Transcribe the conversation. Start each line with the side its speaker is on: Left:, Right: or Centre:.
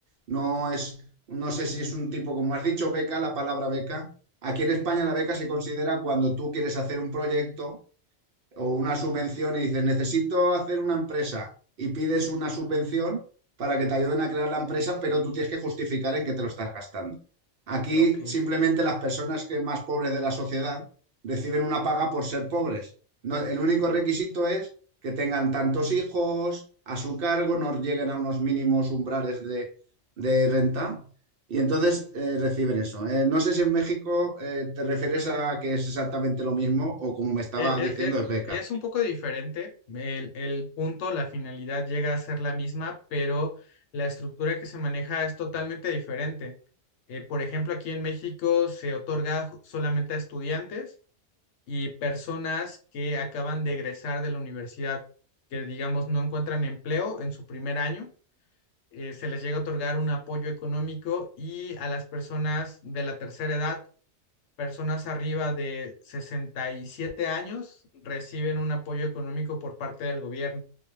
Right: No es, no sé si es un tipo, como has dicho, beca, la palabra beca. Aquí en España la beca se considera cuando tú quieres hacer un proyecto o una subvención y dices, necesito hacer una empresa y pides una subvención para que te ayuden a crear la empresa, pero tú tienes que justificar en qué te lo estás gastando. Aquí
Left: Ok.
Right: simplemente las personas que más pobres de la sociedad reciben una paga por ser pobres. No- el único requisito es que tengan tantos hijos a su cargo, no lleguen a unos mínimos umbrales de, de renta y entonces eh, reciben eso. Eh, no sé si en México eh, te refieres
Left: No,
Right: a que es exactamente lo mismo o como me estaba
Left: e-
Right: diciendo,
Left: e- Es,
Right: es beca.
Left: es un poco diferente. El, el punto, la finalidad llega a ser la misma, pero la estructura que se maneja es totalmente diferente. Eh, por ejemplo, aquí en México se otorga ju- solamente a estudiantes y personas que acaban de egresar de la universidad, que digamos no encuentran empleo en su primer año, eh, se les llega a otorgar un apoyo económico y a las personas de la tercera edad, personas arriba de 67 años, reciben un apoyo económico por parte del gobierno.